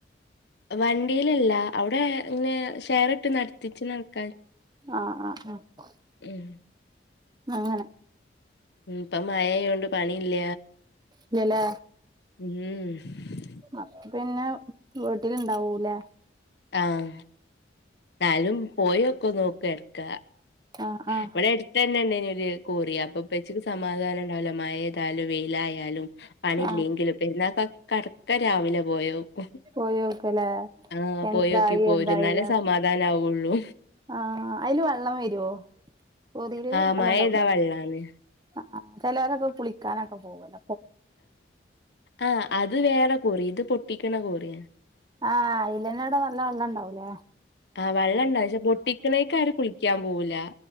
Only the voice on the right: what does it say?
ആഹ് ആഹ് ആഹ്
അങ്ങനെ
ഇല്ല ലേ
അപ്പ പിന്നെ വീട്ടില് ഇണ്ടാവൂലേ
ആഹ് ആഹ്
ആഹ്
പോയോക്കല്ലേ
എന്തായി
എന്തായി
ആഹ് അതില് വെള്ളം വരൊ കോറീൽ
വെള്ളം
ഇണ്ടാവൂല്ലേ
ആ ചിലരൊക്കെ കുളിക്കാനൊക്കെ പോകല
ആഹ ഇലനോട നല്ല വെള്ളം ഉണ്ടാവൂല്ലേ